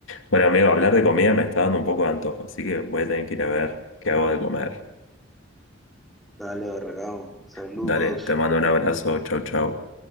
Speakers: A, on the left (about 90°); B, in the centre.
A: Bueno, amigo, hablar de comida me está dando un poco de antojo, así que voy a tener que ir a ver qué hago de comer.
B: Dale, Barragán, saludos.
A: Dale, te mando un abrazo, chau, chau.